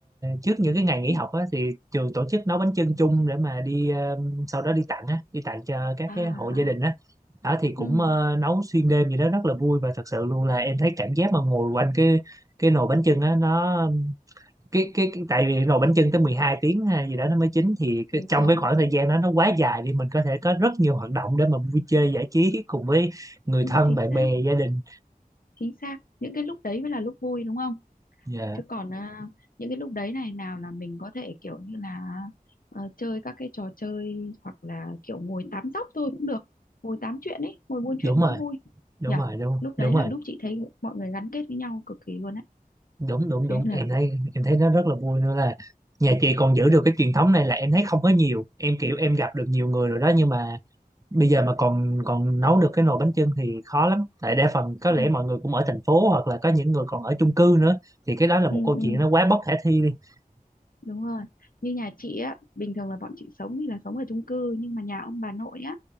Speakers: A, on the right; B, on the left.
A: trước những cái ngày nghỉ
B: biết
A: học á thì trường tổ chức nấu bánh chưng chung để mà đi à, sau đó đi tặng á, đi tặng cho các
B: à
A: cái
B: à,
A: hộ gia đình á. Đó thì cũng
B: ừ
A: ờ, nấu xuyên đêm gì đó rất là vui và thật sự luôn là em thấy cảm giác mà ngồi quanh cái cái nồi bánh chưng á nó cái cái, cái tại vì nồi bánh chưng tới 12 tiếng hay gì đó nó mới chín thì
B: đúng
A: cái, trong
B: rồi
A: cái khoảng thời gian đó nó quá dài thì mình có thể có rất nhiều hoạt động để mà vui chơi giải trí cùng với người
B: đúng
A: thân
B: chính
A: bạn
B: xác
A: bè gia đình
B: chính xác những cái lúc đấy mới là lúc vui đúng không
A: dạ
B: chứ còn Ừ. à, những cái lúc đấy này nào là mình có thể kiểu như là ờ, chơi các cái trò chơi hoặc là kiểu ngồi tám dóc thôi cũng được ngồi tám chuyện ấy ngồi buôn chuyện
A: đúng rồi
B: cũng vui
A: đúng
B: nhở
A: rồi đúng
B: lúc
A: đúng
B: đấy là
A: rồi
B: lúc chị thấy mọi người gắn kết với nhau cực kỳ luôn á <laughs>
A: đúng đúng đúng
B: thế là
A: em thấy em thấy nó rất là vui nữa là nhà chị còn giữ được cái truyền thống này là em thấy không có nhiều em kiểu em gặp được nhiều người rồi đó nhưng mà bây giờ mà còn còn nấu được cái nồi bánh chưng thì khó lắm tại đa phần có
B: ừ,
A: lẽ mọi người cũng ở thành phố hoặc là có những người còn ở chung cư nữa thì cái đó là
B: ừ,
A: một câu
B: ừ,
A: chuyện nó quá bất khả thi đi Dạ.
B: đúng rồi như nhà chị á bình thường là bọn chị sống thì là sống ở chung cư nhưng mà nhà ông bà nội á